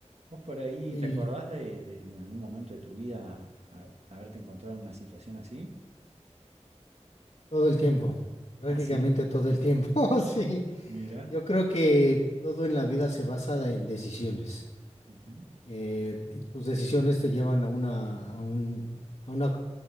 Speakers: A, on the right; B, on the left.
A: ¿Vos por ahí
B: Y
A: te acordás de, de en algún momento de tu vida a- haberte encontrado en una situación así?
B: todo el tiempo, prácticamente
A: Ah, sí,
B: todo el tiempo, <laughs> sí.
A: <laughs> mira.
B: Yo creo que todo en la vida se basa en decisiones.
A: Ujú,
B: Eh, y tus decisiones te llevan a una, a un, a una